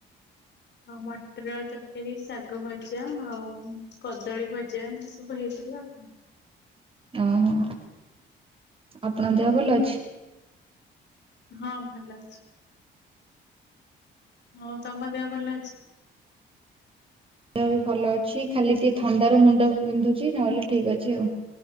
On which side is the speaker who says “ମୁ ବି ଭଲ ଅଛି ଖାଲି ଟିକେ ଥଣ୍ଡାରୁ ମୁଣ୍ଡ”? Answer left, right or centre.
Right